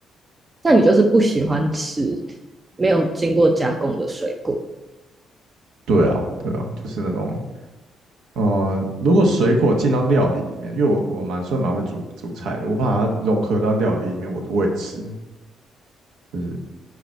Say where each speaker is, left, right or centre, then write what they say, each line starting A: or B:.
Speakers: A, on the right; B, on the right.
A: 那你就是不喜欢吃没有经过加工的水果。
B: 对啊，对啊，就是那种呃，如果水果进到料理里面，因为我我蛮算蛮会煮煮菜的，我把它融合到料理里面，我我也吃。就是